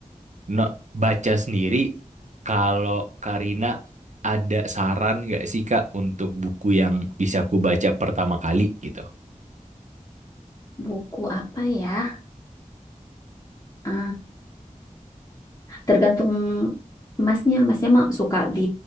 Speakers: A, on the right; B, on the left.
A: no, baca sendiri, kalau Karina ada saran nggak sih Kak untuk buku yang bisa aku baca pertama kali gitu?
B: <laughs> Buku apa ya? Eh, tergantung masnya. Masnya mah suka di